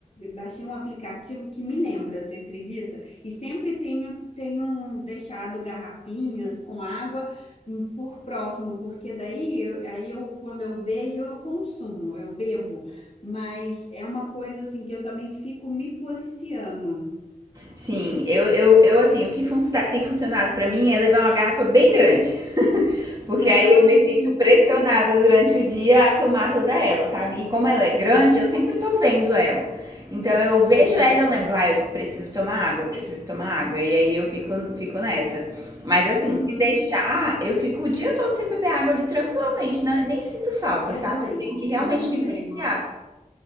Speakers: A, on the left (about 45°); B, on the right (about 25°).
A: baixei um aplicativo que me lembra, você acredita? E sempre tenho, tenho deixado garrafinhas com água hum, por próximo, porque daí, eu- aí eu, quando eu vejo, eu consumo, eu bebo. Mas é uma coisa assim que eu também fico me policiando.
B: Sim, eu, eu, eu assim, o que fun- tem funcionado pra mim é levar uma garrafa bem grande, porque
A: Ah,
B: aí eu me
A: entendi.
B: sinto pressionada durante o dia a tomar toda ela, sabe? E como ela é grande, eu sempre tô vendo ela. Então eu vejo
A: Sim.
B: ela, eu lembro, ah, eu preciso tomar água, eu preciso tomar água, e aí eu fico, fico nessa. Mas assim,
A: Uhum.
B: se deixar, eu fico o dia todo sem beber água ali tranquilamente, né? Nem sinto falta,
A: Eu
B: sabe?
A: também,
B: Eu tenho que realmente
A: eu também.
B: me policiar.